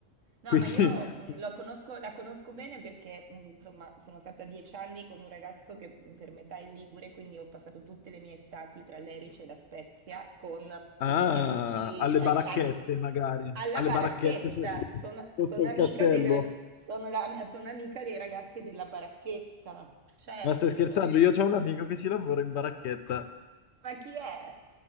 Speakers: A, on the right; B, on the left.
A: No,
B: Quindi
A: ma io mh,
B: <laughs>
A: lo conosco- la conosco bene perché, mh, insomma, sono stata dieci anni con un ragazzo che mh, per metà è ligure, quindi ho passato tutte le mie estati tra l'Erice e la Spezia con
B: ah,
A: tutti amici,
B: alle
A: eh,
B: baracchette
A: tan-
B: magari,
A: alla
B: alle
A: baracchetta.
B: baracchette se-
A: Sono,
B: sotto
A: sono
B: il
A: amica
B: castello.
A: dei, ra- sono la- sono amica dei ragazzi della baracchetta, certo.
B: Ma stai scherzando? Io ho un amico che ci lavora in baracchetta.
A: Ma chi è?